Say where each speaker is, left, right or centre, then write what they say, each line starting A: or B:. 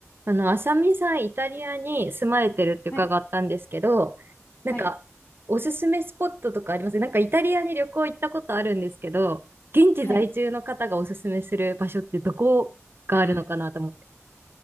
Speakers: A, on the right (about 45°); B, on the left (about 40°).
A: あの、あさみさん、イタリアに住まれてるって伺ったんですけど、
B: はい。
A: なんか、
B: はい。
A: おすすめスポットとかありますなんか、イタリアに旅行行ったことあるんですけど、現地在住の方がおすすめする場所ってどこがあるのかなと思って。
B: はい。ああ、